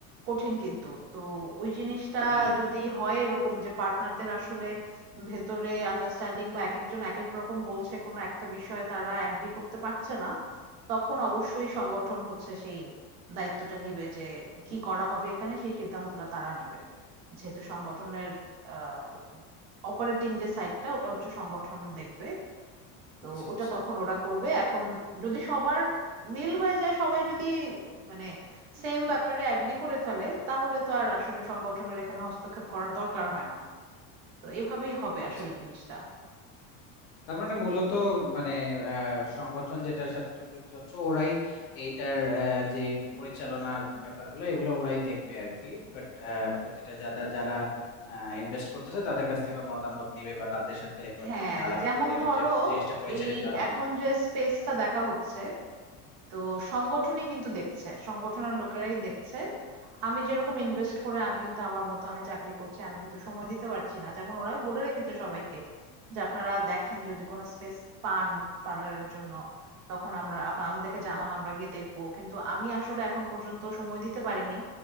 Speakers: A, on the right; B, on the left.
A: কঠিন কিন্তু তো ওই জিনিসটা
B: হ্যাঁ
A: যদি হয় এরকম যে পার্টনারদের আসলে ভেতরে আন্ডারস্ট্যান্ডিং বা এক একজন এক এক রকম বলছে কোনো একটা বিষয়ে তারা অ্যাগ্রি করতে পারছে না তখন অবশ্যই সংগঠন হচ্ছে সেই দায়িত্বটা নিবে যে কি করা হবে এখানে সেই সিদ্ধান্তটা তারা নিবে যেহেতু সংগঠনের আহ অপারেটিং যে সাইডটা ওটা হচ্ছে সংগঠন দেখবে তো
B: আচ্ছা
A: ওটা
B: আচ্ছা
A: তখন ওরা করবে এখন যদি সবার মিল হয়ে যায় সবাই যদি মানে সেম ব্যাপারে অ্যাগ্রি করে ফেলে তাহলে তো আর আসলে সংগঠনের এখানে হস্তক্ষেপ করার দরকার হয় না তো এভাবেই হবে
B: আচ্ছা
A: আসলে জিনিসটা
B: তার মানে মূলত মানে আহ, সংগঠন যেটার সাথে তুমি যুক্ত হচ্ছ ওরাই এইটার আহ, যে পরিচালনার ব্যাপারগুলো এগুলো ওরাই দেখবে আর কি বাট প্রতিটা যারা যারা ইনভেস্ট করতেছে তাদের কাছ থেকে মতামত নিবে বা তাদের সাথে এবার
A: হ্যাঁ
B: মানে আলাপ
A: যেমন
B: করে হচ্ছে
A: ধরো
B: জিনিসটা পরিচালিত
A: এই
B: হবে
A: এখন যে স্পেসটা দেখা হচ্ছে তো সংগঠনই কিন্তু দেখছে সংগঠনের লোকেরাই দেখছে আমি যেরকম ইনভেস্ট করে আমি কিন্তু আমার মতো আমি চাকরি করছি আমি কিন্তু সময় দিতে পারছি না যেমন ওরা বলে রেখেছে সবাইকে যে আপনারা দেখেন যদি কোনো স্পেস পান পার্লারের জন্য তখন আমরা আপনা- আমাদেরকে জানান আমরা গিয়ে দেখবো কিন্তু আমি আসলে এখন পর্যন্ত সময় দিতে পারিনি